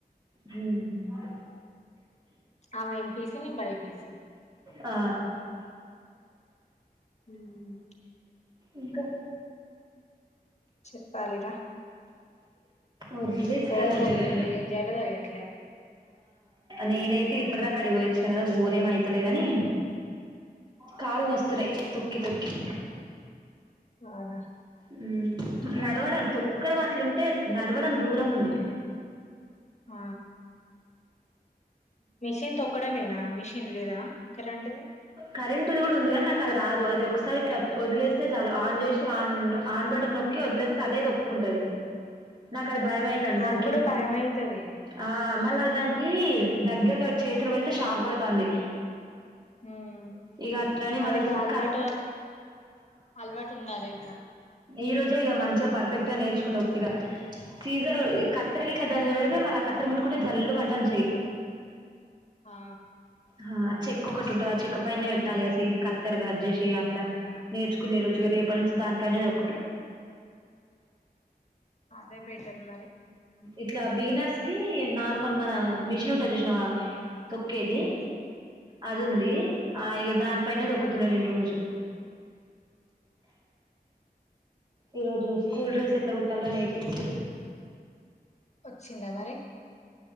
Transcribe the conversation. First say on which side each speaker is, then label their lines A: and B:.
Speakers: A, on the right (about 30°); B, on the left (about 45°).
A: హ్మ్
B: ఆమె ఏంపిసి నేను బైపిసి
A: ఆ
B: హ్మ్
A: ఇంకా
B: చెప్పాలిరా
A: ఒర్రి
B: బోరు
A: తల్లిగా
B: కొడుతుంది ఏం చేయాలో తెలియట్లే
A: నేనైతే ఇప్పటి దాకా అడికిపోయి వచ్చినా కదా బోర ఏం అయతలే గానీ కాళ్ళు నొస్తున్నాయి తొక్కి తొక్కి
B: అవునా
A: హ్మ్ నడవడం తొక్కడం అట్ల ఉంటే నడవడం దూరం ఉంది
B: ఆ మిషన్ తొక్కడమేనా మిషన్ లేదా కరెంట్ది
A: కరెంట్ కూడా ఉంది కానీ నాకు కది రాదు అది ఒకసారి ఇట్లా వదిలేస్తే చాలు ఆన్ చేసి ఆన్ ఆన్ బటన్ నొక్కి వదిలేస్తే అదే తోక్కుకుంటది నాకు అది భయం అయతుంది
B: నాకు
A: దాని కింద
B: కూడా భయమైతది
A: ఆ మళ్ళ దానికి దగ్గరగా చేతులు పెడితే షాక్ కొడతాంది
B: హ్మ్
A: ఇగ అట్లని
B: అది
A: మళ్ళ
B: గా అలవాటు
A: కట్
B: అలవాటు ఉండాలి ఇకా
A: ఈరోజే ఇగ మంచిగా పర్ఫెక్ట్గా నేర్చు ఉట్టిగా సీజర్ కత్తెర ఇట్ల దాని మీద పెడితే మల్ ఆ కత్తెర ముట్టుకుంటే జల్ మంటాంది చెయి
B: ఆ
A: హా చెక్ ఒకటుంటది ఆ చెక్ పైన పెట్టాలి ఆ సి కత్తర క చేసి అట్లా నేర్చుకునే రోజుగా రేప నుంచి దా పైనే తోక్కుత
B: అదే బెటర్ మరి
A: ఇట్లా బిగినర్స్కి నార్మల్ మన మిషన్ ఉంటది చూసినవా తొక్కేది
B: ఉమ్
A: అది
B: ఆ
A: ఉంది. ఆ ఇగ దానిపైనే తొక్కుతున్న నేను రోజు ఈ రోజు స్కూల్ డ్రెస్ ఎట్ల కుట్టాలో నేర్పించిన్రు.
B: వచ్చిందా మరి